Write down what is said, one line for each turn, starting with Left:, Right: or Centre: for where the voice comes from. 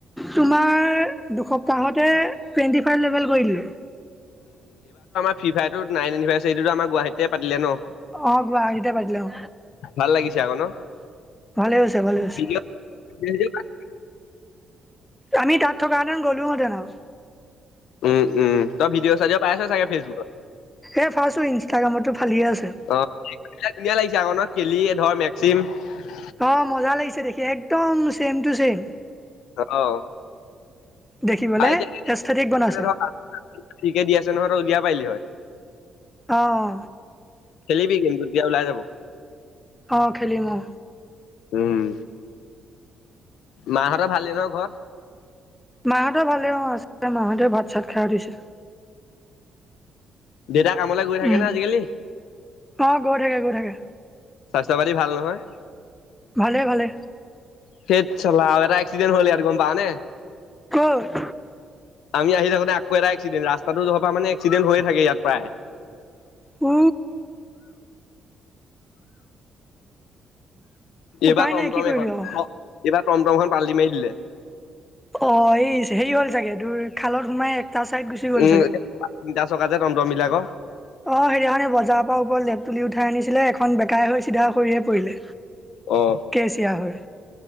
Centre: তোমাৰ দুসপ্তাহতে টুৱেণ্টি ফাইভ লেভেল কৰি দলোঁ
Left: ফ্ৰীফায়াৰটো নাইননিভাৰ্চাৰটটো আমাৰ গুৱাহাটতে পাতিলে ন
Centre: অ গুৱাহাটীতে পাটিলে অ
Left: ভাল লাগিছে আকৌ
Centre: <inaudible>
Left: ন
Centre: ভালে হৈছে, ভালে হৈছে
Left: ভিডিঅ' চিডিঅ' পাই
Centre: আমি তাত থকাহেতেন গ'লোও হেতেন আৰু।
Left: উম উম তই ভিডিঅ' চিডিঅ' পাইছ চাগে ফেচবুকত
Centre: এ ফাষ্টটো ইনষ্টাগ্ৰামতটো ফালি আছে
Left: অ ধুনীয়া লাগিছে আক ন খেলি ধৰ মেক্সিম <unintelligible>
Centre: অ মজা লাগিছে দেখি একদম চেছম টু চছেম <unintelligible>
Left: অ
Centre: দেখিবলে
Left: আই <unintelligible>
Centre: এস্থেটিক বনাইছে
Left: ধৰা ফিৰিকে দি আছে নহয় তই উলিয়াব পাৰলি হয়।
Centre: আহ
Left: খেলিবি গেমটো দিয়া ওলাই যাব।
Centre: অ, খেলিম অ
Left: উম মাহঁতৰ ভাল ন ঘৰ
Centre: মাহঁতে ভালেই অ আ মাহঁতে ভাত চাত খাই উ দিছে
Left: দেউতা কামলৈ গৈ থাকে
Centre: উম
Left: না আজিকালি?
Centre: অ গৈ থাকে গৈ থাকে
Left: স্বাস্থ্য পাতি ভাল নহয়
Centre: ভালে ভালে
Left: <unintelligible> এক্সিডেণ্ট হ'ল ইয়াত গম পাঅ নে <unintelligible>
Centre: কত
Left: আমি আহি থাকোতে আক এটা এক্সিডেণ্টত ৰাস্তাটো জহপা <unintelligible> মানে এক্সিডেণ্ট হৈ থাকে ইয়াত প্ৰায়।
Centre: উ
Left: এইবাৰ
Centre: উপায়
Left: টমটম
Centre: নাই কি কৰিবি
Left: এখন
Centre: আৰু
Left: এইবাৰ টমটমখন পাল্টি মাৰি দিলে
Centre: অ এই হেৰি হ'ল চাগে তোৰ খালত সোমাই চাইড গুচি গ'ল
Left: উম
Centre: চাগে।
Left: তিনিটা চকা যে টম -টম বিলাকৰ।
Centre: অ সেইদিনাখানে বজাৰৰ পৰা ওপৰত লেপ তুলি উঠাই আনিছিলে এখন বেকাই হৈছিল চিধা কৰিয়ে পৰিলে
Left: অ',
Centre: কেচিয়া হৈ